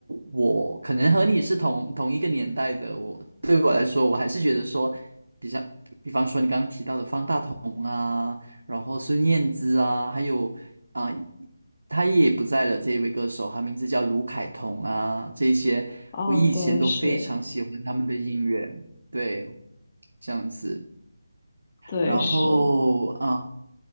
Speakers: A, on the right (about 60°); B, on the left (about 30°).
A: 我可能和你是同同一个年代的，我对我来说，我还是觉得说，比较，比方说你刚刚提到的方大同啊，然后孙燕姿啊，还有啊、他也不在了这一位歌手，他名字叫卢凯彤啊，这一些我以前都非常喜欢他们的音乐，
B: 啊，对，是。
A: 对，这样子。
B: 对，
A: 然后啊。
B: 是